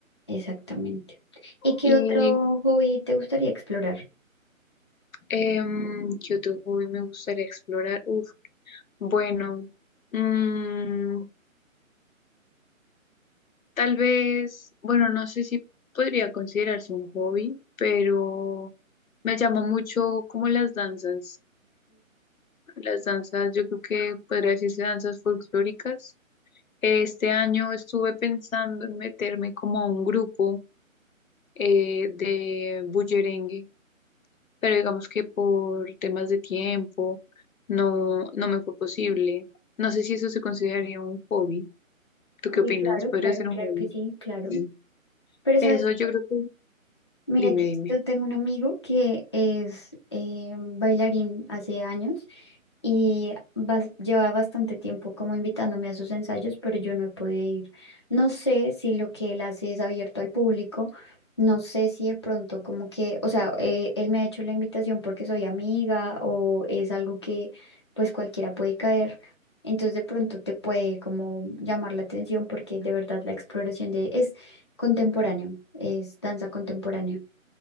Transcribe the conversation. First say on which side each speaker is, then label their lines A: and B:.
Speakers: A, on the left (about 20°); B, on the left (about 75°).
A: exactamente. ¿Y qué
B: ¿Y
A: otro hobby te gustaría explorar?
B: em, qué otro hobby me gustaría explorar? Uf, bueno, mm, Tal vez, bueno, no sé si podría considerarse un hobby, pero me llama mucho como las danzas. Las danzas, yo creo que podría decirse danzas folclóricas. Este año estuve pensando en meterme como a un grupo eh, de bullerengue, pero digamos que por temas de tiempo no, no me fue posible. No sé si eso se consideraría un hobby. ¿Tú qué
A: Sí,
B: opinas?
A: claro,
B: ¿Podría
A: claro,
B: ser un
A: claro
B: hobby?
A: que sí, claro.
B: Sí.
A: Pero sabes
B: Eso yo creo que...
A: Mira
B: Dime,
A: que
B: dime.
A: yo tengo un amigo que es eh, bailarín hace años y bas- lleva bastante tiempo como invitándome a sus ensayos, pero yo no he podido ir. No sé si lo que él hace es abierto al público, no sé si de pronto como que, o sea, eh, él me ha hecho la invitación porque soy amiga o es algo que pues cualquiera puede caer. Entonces de pronto te puede como llamar la atención porque de verdad la exploración de es contemporáneo, es danza contemporánea